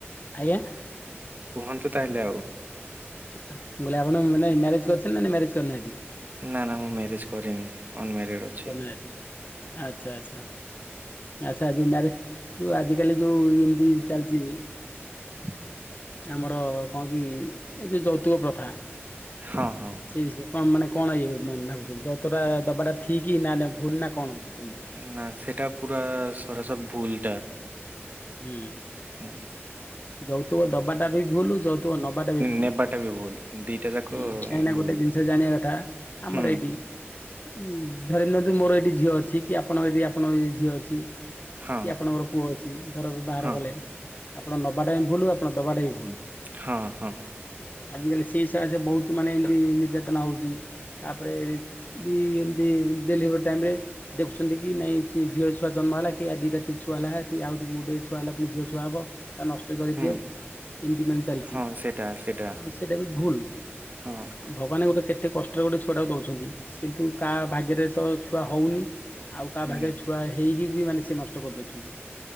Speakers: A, on the left (about 40°); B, on the right (about 40°).
A: ଆଜ୍ଞା?
B: କୁହନ୍ତୁ ତାହେଲେ ଆଉ।
A: ମୁଁ କହିଲି ଆପଣ ନାଇଁ ମ୍ୟାରେଜ୍ କରିଛନ୍ତି ନାଇଁ ମ୍ୟାରେଜ୍ କରିନାହାନ୍ତି?
B: ନା ନା ମୁଁ ମ୍ୟାରେଜ୍ କରିନି ଅନମ୍ୟାରେଡ଼୍ ଅଛି।
A: କରିନାହାନ୍ତି ଆଚ୍ଛା ଆଚ୍ଛା ଆଚ୍ଛା ଯୋଉ ମ୍ୟାରେ, ଯୋଉ ଆଜି କାଲି ଯୋଉ ଏମତି ଚାଲିଚି
B: <inaudible>
A: ଆମର କଣ କି ଏ ଯୋଉ ଯୌତୁକ ପ୍ରଥା।
B: ହଁ, ହଁ।
A: ସେଇ ବିଷୟରେ କଣ? ମାନେ କଣ? ଇଏ ଭାବିଚନ୍ତି ଯୌତୁକ ଦବା ଟା ଠିକ ନା ନା ଭୁଲ ନା କଣ? କେମିତି?
B: ନା ସେଟା ପୁରା ସରସ ଭୁଲ ଟା।
A: ହୁଁ।
B: ଓ ହୋ।
A: ଯୋଉ ତୁକ ଦବାଟା ବି ଭୁଲ। ଯୗତୁକ ନବାଟା ବି ଭୁଲ।
B: ନେବାଟା ବି ଭୁଲ ଦିଟା ଯାକ
A: ହୁଁ କାହିଁନା
B: ଭୁଲ
A: ଗୋଟେ ଜିନିଷ ଜାଣିବା କଥାଟା ଆମର
B: ହୁଁ।
A: ଏଇଠି। ଉଁ ଧରି ନିଅନ୍ତୁ ମୋର ଏଇଠି ଝିଅ ଅଛି କି ଆପଣଙ୍କର ଏଠି ଆପଣଙ୍କ ଏ ଝିଅ ଅଛି। କି
B: ହଁ
A: ଆପଣଙ୍କର ପୁଅ ଅଛି ଧର ବାହାଘର
B: ହଁ
A: କଲେ ଆପଣ ନବାଟା ବି ଭୁଲ୍ ଆପଣ ଦବାଟାଵି ଭୁଲ୍
B: ହଁ ହଁ
A: ଆଜ କାଲି ସେଇ ସାଶେ ବହୁତ ମାନେ ଏମତି ନିର୍ଯାତନା ହଉଛି। ତାପରେ ବି ଏମତି ଡେଲିଭରି ଟାଇମ ରେ ଦେଖୁଛନ୍ତି କି ନାଇଁ ଝିଅ ଛୁଆ ଜନ୍ମ ଜନ୍ମ ହେଲା କି ଦିଟା ଛୁଆ ହେଲା ଆଉ ଗୋଟ ଛୁଆ ହେଲା ପୁଣି ଝିଅ ଛୁଆ ହବ। ତା ନଷ୍ଟ କରିଦିଅ
B: ହୁଁ
A: ଏମିତି ମାନେ ଚାଲିଛି।
B: ହଁ ସେଇଟା ସେଇଟା
A: ଆଉ ସେଟା ବି ଭୁଲ,
B: ହଁ
A: ଆଉ ଭଗବାନ ଗୋଟେ କେତେ ଏତେ କଷ୍ଟରେ ଗୋଟେ ଛୁଆଟାକୁ ଦଉଛନ୍ତି, କିନ୍ତୁ କାହା ଭାଗ୍ୟରେ ତ ଛୁଆ ହଉନି। ଆଉ କାହା
B: ହୁଁ।
A: ଭାଗରେ ଛୁଆ ହେଇକି ବି ମାନେ ସେ ନଷ୍ଟ କରିଦଉଛନ୍ତି।